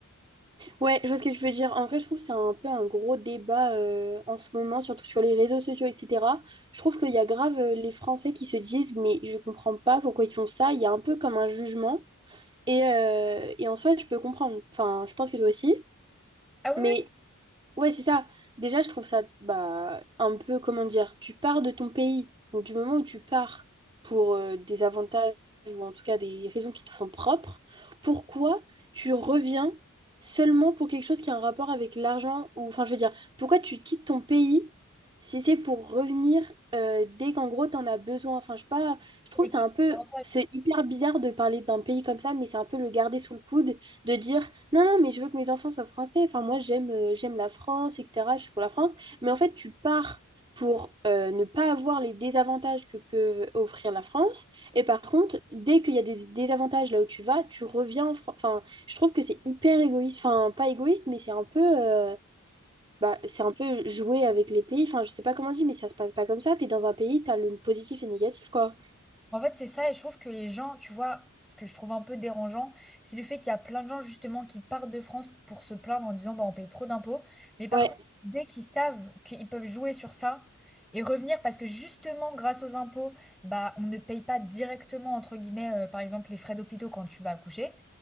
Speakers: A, on the right; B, in the centre.
A: ouais, je vois ce que tu veux dire. En vrai, je trouve que c'est un peu un gros débat euh, en ce moment, surtout sur les réseaux sociaux, etc. Je trouve qu'il y a grave euh, les Français qui se disent, mais je comprends pas pourquoi ils font ça. Il y a un peu comme un jugement. Et, euh, et en soi, je peux comprendre. Enfin, je pense que toi aussi.
B: Ah oui,
A: Mais Ouais, c'est ça. Déjà, je trouve ça bah, un peu, comment dire, tu pars de ton pays. Donc, du moment où tu pars pour euh, des avantages ou en tout cas des raisons qui te sont propres, pourquoi tu reviens seulement pour quelque chose qui a un rapport avec l'argent ou, enfin, je veux dire, pourquoi tu quittes ton pays si c'est pour revenir euh, dès qu'en gros, t'en as besoin. Enfin, je sais pas, je trouve
B: oui.
A: c'est un peu,
B: avantage.
A: c'est hyper bizarre de parler d'un pays comme ça, mais c'est un peu le garder sous le coude, de dire, non, non, mais je veux que mes enfants soient français. Enfin, moi, j'aime euh, j'aime la France, etc. Je suis pour la France. Mais en fait, tu pars pour euh, ne pas avoir les désavantages que peut offrir la France. Et par contre, dès qu'il y a des désavantages là où tu vas, tu reviens en France. Enfin, je trouve que c'est hyper égoïste. Enfin, pas égoïste, mais c'est un peu, euh, bah, c'est un peu jouer avec les pays. Enfin, je sais pas comment on dit, mais ça se passe pas comme ça. T'es dans un pays, t'as le positif et le négatif, quoi.
B: En fait, c'est ça, et je trouve que les gens, tu vois, ce que je trouve un peu dérangeant, c'est le fait qu'il y a plein de gens justement qui partent de France pour se plaindre en disant bah on paye trop d'impôts, mais par
A: Ouais,
B: contre, dès qu'ils savent qu'ils peuvent jouer sur ça et revenir parce que justement grâce aux impôts, bah on ne paye pas directement entre guillemets euh, par exemple les frais d'hôpitaux quand tu vas accoucher.